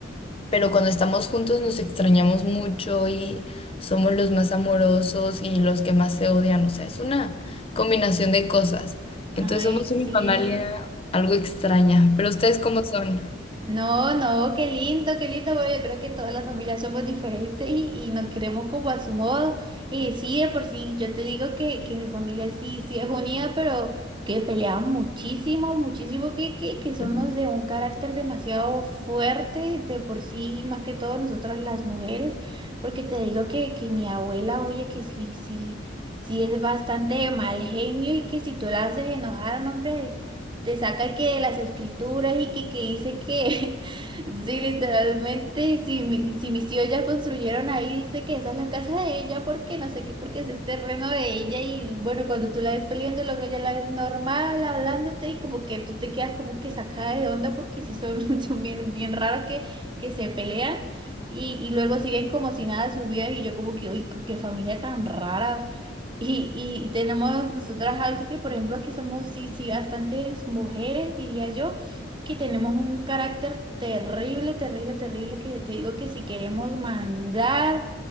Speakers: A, on the left (about 30°); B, on the right (about 25°).
A: pero cuando estamos juntos nos extrañamos mucho y somos los más amorosos y los que más se odian. O sea, es una combinación de cosas.
B: Ay,
A: Entonces somos
B: sí.
A: una familia algo extraña, pero ¿ustedes cómo son?
B: No, no, qué lindo, qué lindo. Bueno, yo creo que todas las familias somos diferentes y, y nos queremos como a su modo. Y sí, de por sí, yo te digo que, que mi familia sí, sí es unida, pero que peleamos muchísimo, muchísimo, que, que, que somos
A: <laughs>
B: de un carácter demasiado fuerte, de por sí, más que todo nosotras las mujeres, porque te digo que, que mi abuela, oye, que sí, sí, sí es bastante mal genio y que si tú la haces enojar, no, hombre te saca que las escrituras y que, que dice que <laughs> sí, literalmente, si mi, si mis tíos ya construyeron ahí, dice que esa es la casa de ella, porque no sé qué, porque es el terreno de ella y bueno, cuando tú la ves peleando, luego ella la ves normal, hablándote y como que tú te quedas como que sacada de onda porque sí son, <laughs> son bien, bien raros que, que se pelean. Y, y luego siguen como si nada de su vida y yo como que, uy, qué familia tan rara. Y, y tenemos nosotras algo que, por ejemplo, que somos, sí, sí, bastantes mujeres, diría yo, que tenemos un carácter terrible, terrible, terrible, que te digo que si queremos mandar,